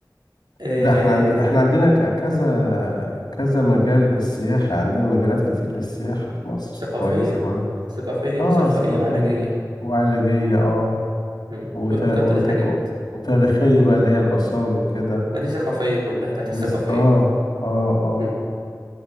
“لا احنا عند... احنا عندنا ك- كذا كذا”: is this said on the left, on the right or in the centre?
Left